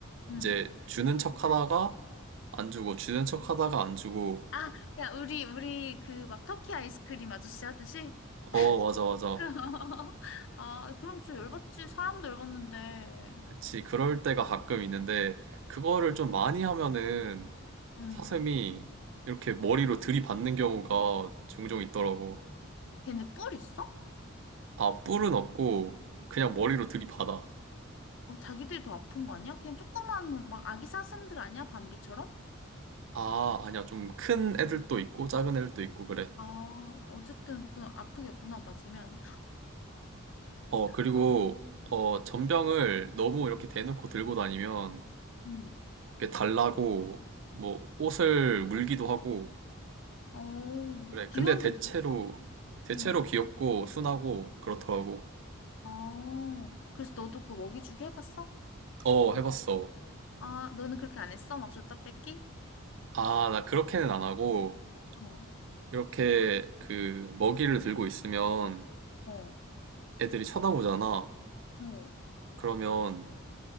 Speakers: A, on the left; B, on the right.
A: 응.
B: 이제 주는 척 하다가 안 주고 주는 척 하다가 안 주고
A: 아, 야, 우리, 우리 그 막 터키 아이스크림 아저씨 하듯이?
B: 어 맞아 맞아
A: <laughs> 아, 그럼 진짜 열받지. 사람도 열받는데.
B: 그치 그럴 때가 가끔 있는데 그거를 좀 많이 하면은
A: 응.
B: 사슴이 이렇게 머리로 들이받는 경우가 종종 있더라고
A: 걔네 뿔 있어?
B: 아 뿔은 없고 그냥 머리로 들이받아
A: 어, 자기들이 더 아픈 거 아니야? 그냥 조그만 뭐 막 아기 사슴들 아니야? 밤비처럼?
B: 아 아니야 좀 큰 애들도 있고 작은 애들도 있고 그래
A: 아, 어쨌든 그 아프겠구나 맞으면.
B: 어 그리고
A: 아,
B: 어 전병을 너무 이렇게 대놓고 들고 다니면
A: 음.
B: 이렇게 달라고 뭐 옷을 물기도 하고
A: 어,
B: 그래.
A: 귀여운데
B: 근데 대체로,
A: 무섭다.
B: 대체로
A: 응.
B: 귀엽고 순하고 그렇더라고.
A: 어, 그래서 너도 그 먹이주기 해봤어?
B: 어, 해봤어.
A: 아, 너는 그렇게 안 했어? 막 줬다 뺏기?
B: 아, 나 그렇게는 안 하고,
A: 어,
B: 이렇게 그 먹이를 들고 있으면
A: 어,
B: 애들이 쳐다보잖아.
A: 어,
B: 그러면